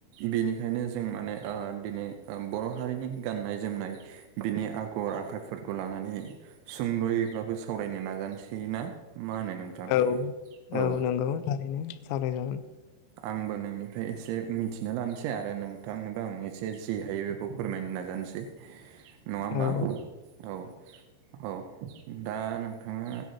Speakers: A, on the right (about 80°); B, on the left (about 80°).
A: बेनिखायनो जों माने आ दिनै बर' हारिनि गाननाय जोमनाय बिनि आगर आखाइफोरखौ लानानै सुंद'यैबाबो सावरायनो नाजानोसै ना मा होनो नोंथां
B: औ
A: औ
B: नंगौ थारैनो सावरायजागोन
A: आंबो नोंनि ओमफ्राय एसे मिथिना लानोसै आरो नोंथांनोबो आं एसे जि हायो बेखौ फोरमायनो नाजानोसै नङा होमबा
B: औ
A: औ औ दा नोंथाङा